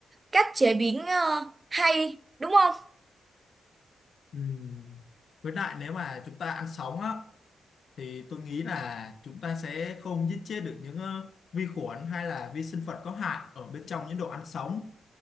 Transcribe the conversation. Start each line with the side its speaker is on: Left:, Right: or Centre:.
Right: cách chế biến ờ, hay đúng không
Left: Ừ. Với lại nếu mà chúng ta ăn sống á thì tôi nghĩ là chúng ta sẽ không giết chết được những ờ, vi khuẩn hay là vi sinh vật có hại ở bên trong những đồ ăn sống